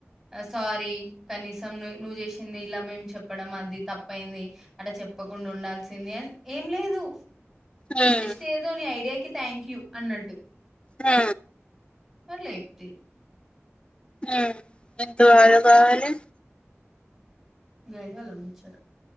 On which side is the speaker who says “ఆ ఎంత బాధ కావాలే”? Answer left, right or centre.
Left